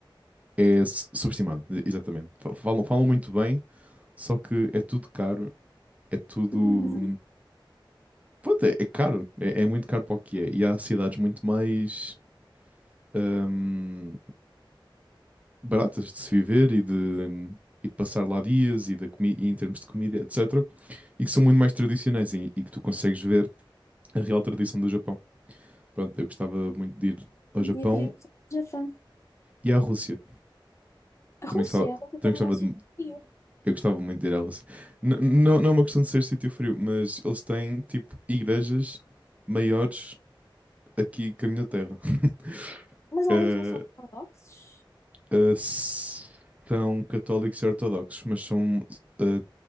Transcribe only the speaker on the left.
Uhum.
E faríamos no Japão.
A
Rússia,
a Rússia
também
é um sítio
frio.
Mas lá
eles não são ortodoxos.